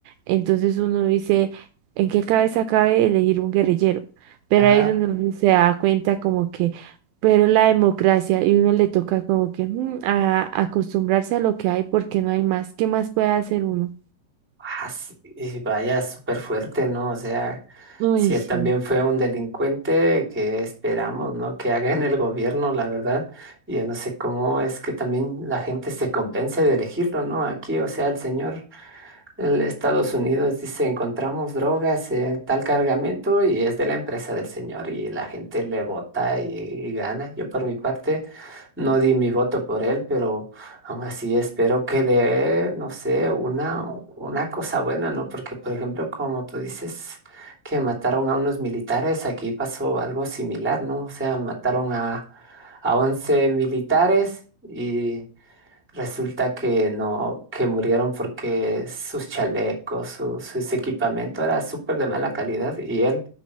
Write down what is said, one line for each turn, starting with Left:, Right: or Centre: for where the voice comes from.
Right: Entonces uno dice, ¿en qué cabeza cabe elegir un guerrillero? Pero
Centre: Ya,
Right: ahí es donde uno se da cuenta como que, pero la democracia y uno le toca como que mm, a- acostumbrarse a lo que hay porque no hay más. ¿Qué más puede hacer uno?
Centre: ah, sí, y vaya súper fuerte, ¿no? O sea,
Right: Uy,
Centre: si él
Right: sí,
Centre: también fue un delincuente, que esperamos, ¿no? Que haga en el gobierno, la verdad. Yo no sé cómo es que también la gente se convence de elegirlo, ¿no? Aquí, o sea, el señor. El Estados Unidos dice, encontramos drogas en tal cargamento y es de la empresa del señor y la gente le vota y, y gana. Yo por mi parte no di mi voto por él, pero aún así espero que dé, no sé, una, una cosa buena, ¿no? Porque, por ejemplo, como tú dices que mataron a unos militares, aquí pasó algo similar, ¿no? O sea, mataron a, a 11 militares. Y Resulta que no, que murieron porque sus chalecos, su, sus equipamiento era súper de mala calidad y él